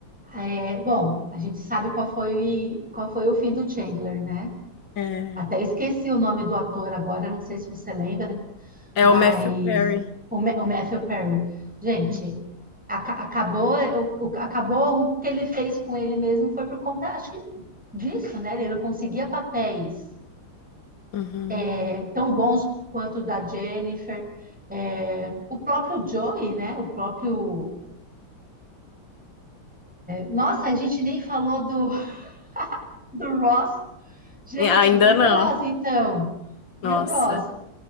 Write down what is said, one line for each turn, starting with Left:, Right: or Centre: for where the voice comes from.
Centre: É, bom, a gente sabe qual foi, qual foi o fim do Chandler, né?
Left: É,
Centre: Até esqueci o nome do ator agora, não sei se você lembra,
Left: é
Centre: mas
Left: o Matthew Perry.
Centre: o, Ma- o Matthew Perry. Gente,
Left: Uhum.
Centre: aca- acabou, o, o- acabou o que ele fez com ele mesmo foi por conta, acho que disso, né? Ele não conseguia papéis
Left: Uhum.
Centre: é, tão bons quanto o da Jennifer. É, o próprio Joey, né? O próprio Nossa, a gente nem falou do, <laughs> do Ross. Gente,
Left: E Ainda
Centre: e
Left: não.
Centre: o Ross então? E
Left: Nossa.
Centre: o Ross?